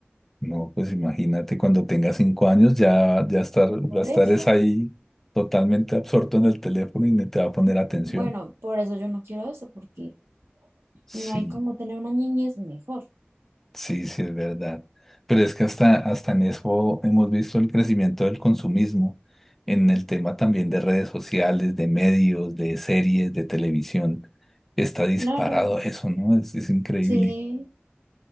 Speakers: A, in the centre; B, on the right.
A: No, pues imagínate cuando tenga cinco años ya, ya estar,
B: Por
A: va a estar
B: eso,
A: es ahí totalmente absorto en el teléfono y ni te va a poner atención.
B: bueno, por eso yo no quiero eso, porque
A: Sí,
B: no hay como tener una niñez mejor.
A: sí, sí, es verdad. Pero es que hasta, hasta en eso hemos visto el crecimiento del consumismo, en el tema también de redes sociales, de medios, de series, de televisión. Está disparado
B: Claro.
A: eso, ¿no? Es, es increíble.
B: Sí,